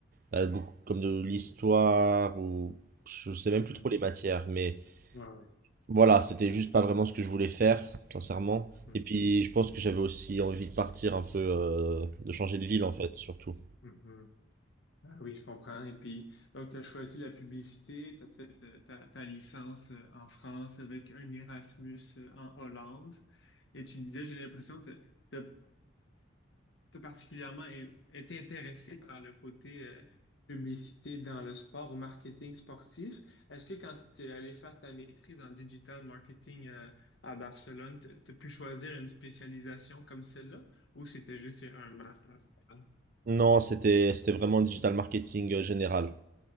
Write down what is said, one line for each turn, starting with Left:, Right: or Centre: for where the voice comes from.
Right: bah, beaucoup comme de l'histoire ou je sais même
Left: Mhm.
Right: plus trop les matières, mais
Left: Ouais, ouais.
Right: voilà, c'était juste pas vraiment ce que je voulais faire, sincèrement.
Left: Mhm,
Right: Et puis je pense que j'avais aussi envie de partir un peu, euh, de changer de ville en fait, surtout.
Left: mhm, mhm. Ah oui, je comprends. Et puis, donc, tu as choisi la publicité, tu as fait euh, ta, ta licence euh, en France avec un Erasmus euh, en Hollande. Et tu disais, j'ai l'impression que tu as particulièrement é- été intéressé par le côté euh, publicité dans le sport ou marketing sportif. Est-ce que quand tu es allé faire ta maîtrise en digital marketing euh, à Barcelone, tu as pu choisir une spécialisation comme celle-là ou c'était juste un master? général?
Right: Non, c'était c'était vraiment digital marketing euh, général